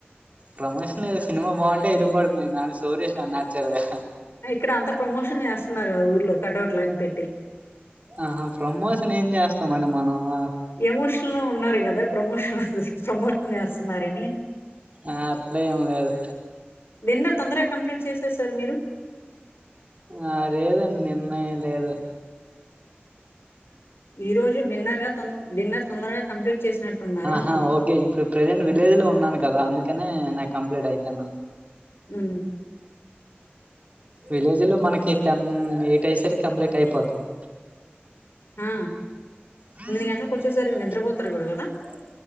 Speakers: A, on the right (about 35°); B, on the left (about 85°).
A: ప్రమోషన్ లేదు సినిమా బావుంటే ఎలిపోవడమే నాను సోరేష్ న్యాచ్చుల్గా
B: అ ఇక్కడ అంత ప్రమోషన్ చేస్తున్నారు ఊర్లో కట్ అవుట్లు పెట్టి
A: ఆహా ప్రమోషన్ ఏం చేస్తామండి మనము
B: ఎమోషన్ లో ఉన్నారు కదా ప్రమోషన్ ప్రమోషన్ చేస్తున్నారని
A: ఆ అట్లే ఏం లేదు
B: డిన్నర్ తొందరగా కంప్లీట్ చేసేసారు మీరు
A: ఆ లేదండి నిన్న ఎం లేదు
B: ఈ రోజు డిన్నర్ గా తొన్ డిన్నర్ తొందరగా కంప్లీట్ చేసినట్టున్నారు
A: ఆహా
B: అంటున్నా.
A: ఓకే ఇప్పుడు ప్రెజెంట్ విలేజ్ లో ఉన్నాను కదా అందుకనే నాకు కంప్లీట్ అయితున్న
B: ఉమ్
A: విలేజ్ లో మనకి టెన్ ఎయిట్ అయిసరి కి కంప్లీట్ అయిపోతాది
B: ఆ!
A: <unintelligible>
B: గంటలకొచ్చేసరికి నిద్రపోతారు గూడా గదా!